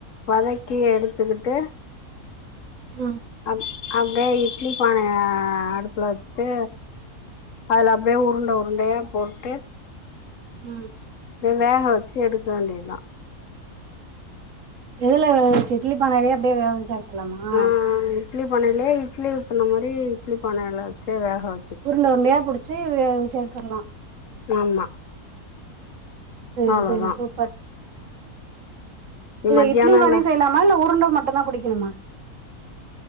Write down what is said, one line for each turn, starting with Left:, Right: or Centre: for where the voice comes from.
Left: வதக்கி எடுத்துக்கிட்டு
Right: ம்
Left: அம் அது லே இட்லி பானை அடுப்புல வச்சுட்டு அதுல அப்டியே உருண்ட உருண்டயா போட்டு
Right: ம்
Left: த வேக வச்சி எடுக்க வேண்டியத்தா
Right: எதுல இட்லி பானையிலே அப்டியே வேக வச்சா எடுத்தர்லாமா
Left: ஆ இட்லி பானயிலே இட்லி ஊத்துன மாரி இட்லி பானைல வச்சி வேகவ
Right: உருண்ட உருண்டயா புடிச்சி வேக வச்சி எடுத்தர்லா
Left: ஆமா
Right: சேரி
Left: அவ்வளோதா
Right: சேரி சூப்பர்
Left: நீ
Right: இத
Left: மத்தியானோ
Right: இட்லி மாரி
Left: என்ன
Right: செய்லாம இல்ல உருண்ட மட்டு தா புடிக்கணுமா